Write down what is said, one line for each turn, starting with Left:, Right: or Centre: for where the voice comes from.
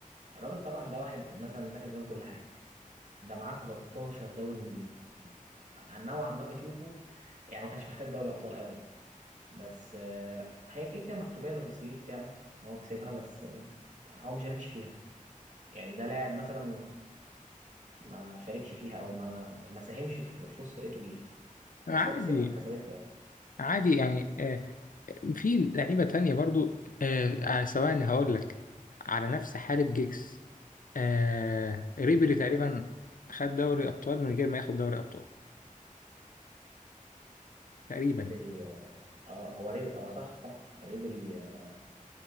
Right: الراجل طبعا ده واحد مثلا ده كسبان كل حاجه ده معاه 13 دوري انجليزي أنا نوعا ما بشوفه يعني ما كانش محتاج دوري ابطال قوي يعني بس آه، هي كده كده مكتوبه له في السي في بتاعه ان هو كسبها بس آه، هو ما شاركش فيها يعني ده لاعب مثلا ما شاركش فيها او ما ما ساهمش في في فوز فرقته بيها
Left: عادي
Right: بس هو كسبها اتكسبت له يعني
Left: عادي يعني آه، في لعيبه تانية برضو آه، آه، ثواني هقول لك على نفس حاله جيكس آه، ريبيري تقريبا خد دوري ابطال من غير ما ياخد دوري ابطال تقريبا
Right: قدر ي- اه هو رب... اه صح فعلا قدر ي- آه